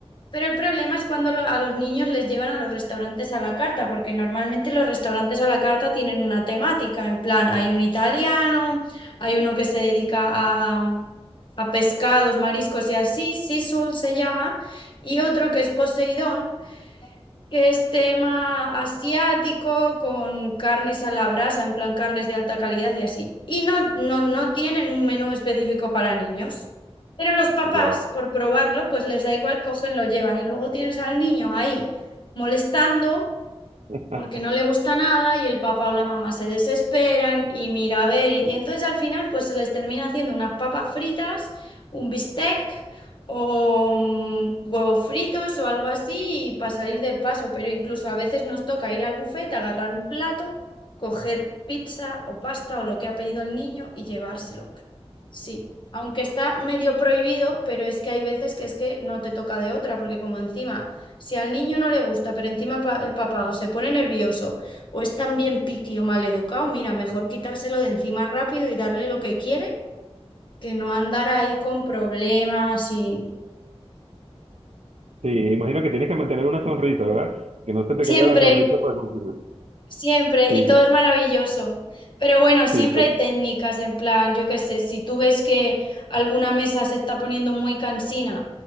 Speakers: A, on the left; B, on the right.
A: Pero el problema es cuando lo- a los niños les llevan a los restaurantes a la carta, porque normalmente los restaurantes a la carta tienen una temática, en plan, hay un italiano, hay uno que se dedica a, a pescados, mariscos y así, Sisul se llama, y otro que es Poseidón, que es tema asiático con carnes a la brasa, en plan carnes de alta calidad y así. Y no, no, no tienen un menú específico para niños. Pero los papás,
B: Guau.
A: por probarlo, pues les da igual, cogen, lo llevan. Y luego tienes al niño ahí molestando
B: <laughs>
A: porque no le gusta nada y el papá o la mamá se desesperan y mira, a ver, y entonces al final pues se les termina haciendo unas papas fritas, un bistec o mm, huevos fritos o algo así y para salir del paso, pero incluso a veces nos toca ir al buffet, agarrar un plato, coger pizza o pasta o lo que ha pedido el niño y llevárselo. Sí, aunque está medio prohibido, pero es que hay veces que es que no te toca de otra, porque como encima si al niño no le gusta, pero encima pa- el papá o se pone nervioso o es también piqui o maleducado, mira, mejor quitárselo de encima rápido y darle lo que quiere, que no andar ahí con problemas y
B: Sí, imagino que tienes que mantener una sonrisa, ¿verdad? Que no se te
A: siempre
B: caiga la sonrisa para continuar.
A: Siempre,
B: Sí,
A: y todo es maravilloso. Pero bueno, siempre
B: sí, sí,
A: hay técnicas, en plan, yo qué sé, si tú ves que alguna mesa se está poniendo muy cansina